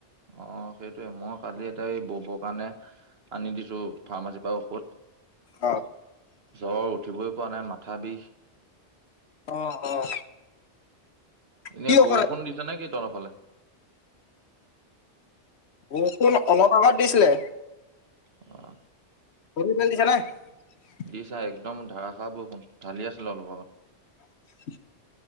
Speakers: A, on the right (about 60°); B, on the left (about 70°).
A: অ', সেইটোৱে, মই কালি এটা এই ব'বৰ কাৰণে আনি দিছো ফাৰ্মাচীৰ পৰা ঔষধ।
B: অ।
A: জ্বৰ উঠিবই পোৱা নাই, মাথা বিষ।
B: অ', অ'।
A: এনে
B: কি ঔষধ
A: বৰষুণ দিছে নেকি তহঁত ফালে।
B: বৰষুণ অলপ আগত দিছিলে।
A: অহ।
B: গৰুৰ পোৱালী দিছে <unintelligible>
A: দিছা একদম ধাৰাষাৰ বৰষুণ। ঢালি আছিলে অলপ আগত।
B: <unintelligible>